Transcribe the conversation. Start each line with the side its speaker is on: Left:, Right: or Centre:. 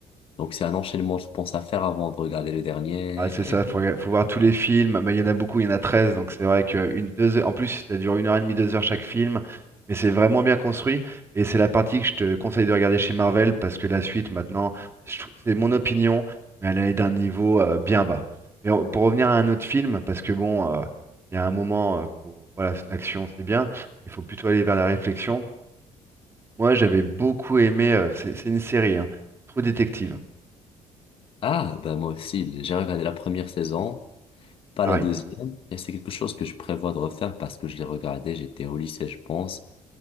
Left: Donc, c'est un enchaînement, je pense, à faire avant de regarder le dernier.
Right: Ah, c'est ça,
Left: Et-
Right: faut, rega- faut voir tous les films, mais il y en a beaucoup, il y en a 13, donc c'est vrai que une, deux heures- en plus ça dure une heure et demie, deux heures chaque film, mais c'est vraiment bien construit, et c'est la partie que je te conseille de regarder chez Marvel, parce que la suite maintenant, je trou- c'est mon opinion, mais elle est d'un niveau euh, bien bas. Mais on- pour revenir à un autre film, parce que bon, euh, il y a un moment, euh, faut- voilà, c'est- l'action c'est bien, il faut plutôt aller vers la réflexion. Moi j'avais beaucoup aimé, euh, c'est c'est une série, hein, True Detective,
Left: Ah, bah moi aussi, j'ai regardé la première saison, pas
Right: pareil.
Left: la deuxième. Et c'est quelque chose que je prévois de refaire parce que je l'ai regardé, j'étais au lycée, je pense.